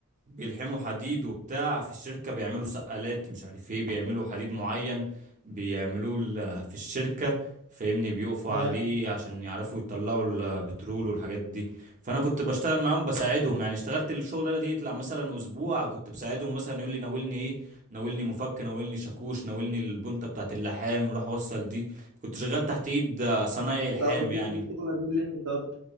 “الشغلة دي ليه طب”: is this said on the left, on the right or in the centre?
Right